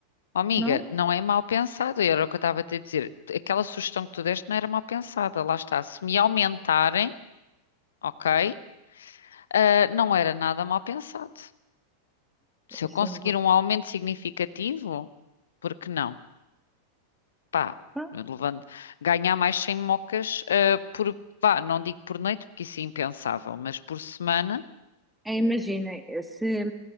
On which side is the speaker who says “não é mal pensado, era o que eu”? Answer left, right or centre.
Left